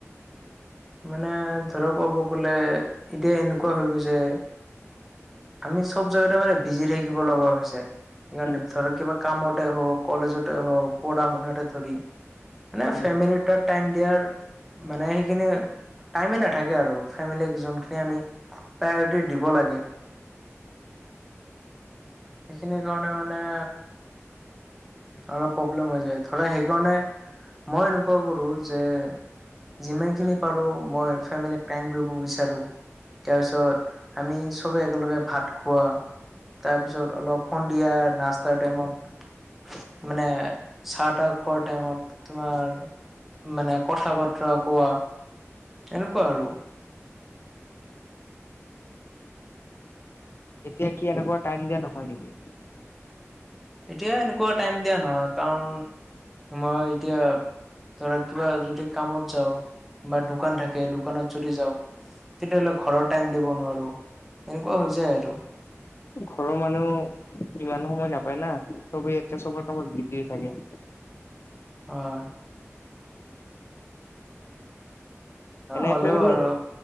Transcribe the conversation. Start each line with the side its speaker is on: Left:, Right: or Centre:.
Centre: মানে ধৰক ক'ব গলে এতিয়া এনেকুৱা হৈ গৈছে আমি চব জেগাতে মানে বিজি থাকিব লগা হৈছে। সেইকাৰণে
Left: উম
Centre: ধৰক কিবা কামতে হওক কলেজতে হওক পঢ়া শুনাতে ধৰি মানে ফেমিলি
Left: উম
Centre: তত টাইম দিয়াৰ মানে সেইখিনি টাইমে নাথাকে আৰু ফেমিলিক যোনখিনি আমি প্ৰায়ৰিটি দিব লাগে। সেইখিনি কাৰণে মানে অলপ প্ৰব্লেম হৈ যায় ধৰা সেইকাৰণে মই এনেকুৱা কৰো যে যিমান খিনি পাৰো মই ফেমিলী টাইম দিব বিচাৰো। তাৰ পিছত আমি চবে একেলগে ভাত খোৱা তাৰপিছত অলপ সন্ধিয়া নাস্তাৰ টাইমত মানে চাহ-তাহ খোৱাৰ টাইমত তোমাৰ মানে কথা বতৰা কোৱা এনেকুৱা আৰু।
Left: এতিয়া কি এনেকুৱা টাইম দিয়া নহয় নেকি?
Centre: এতিয়া এনেকুৱা টাইম দিয়া নহয় কাৰণ মই এতিয়া ধৰ কিবা যদি কামত যাওঁ বা দোকান থাকে দোকানত যদি যাওঁ তেতিয়াহ'লে ঘৰৰ টাইম দিব নোৱাৰো এনেকুৱা হৈ যায় আৰু।
Left: ঘৰৰ মানুহ ইমান সময় নাপায় না চবেই এতিয়া চবৰ কামত বিজি থাকে।
Centre: হয়।
Left: এনে
Centre: হ'লেও
Left: ফেমিলি
Centre: আৰু